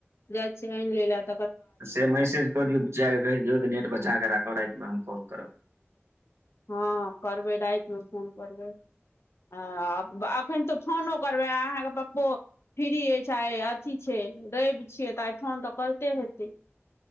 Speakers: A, on the left (about 65°); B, on the right (about 65°).
A: जाय छियै आनि लय ल
B: से मैसेज कऽ दियौ बुचिया के कहि दियौ जेऽ नेट बचा कऽ राखब रैतिमे हम फोन करब
A: हँ करबै रातिमे फोन करबै हँ एखन तऽ फोनो करबै अहाँके पप्पो फ्री अइछ आइ अथी छै रैब छियै तऽ आइ फोन तऽ करिते हेतै